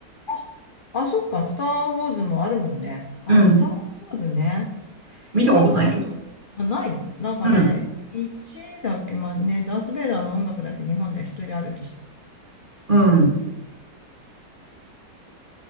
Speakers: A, on the left; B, on the right.
A: あ、あ、そっか、スター・ウォーズもあるもんね。あ、
B: うん。
A: スター・ウォーズね。
B: 見たことないけど。
A: スター・ウォーズ見たことあないのなんかね、
B: うん、
A: 1だっけ、まあね、ダース・ベイダーの音楽だけ日本では一 <laughs>
B: うん、